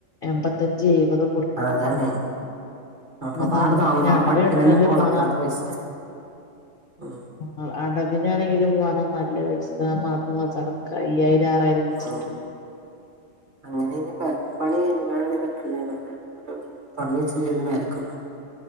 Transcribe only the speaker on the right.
ആ അതാണ് ആ അപ്പ
ആവി താങ്ങന
ആള
പഠിപ്പിന
തന്നെ ഇപ്പ വളർക്കാത്ത
പൈസ ഉ
ഉം. അങ്ങനെ കിഞ്ഞ പപ്പണി കഴിഞ്ഞഞ് കാണ തക്ക വരാ തുടങ്ങച്ച ചെയ്ത് മേലക്കൊക്കെ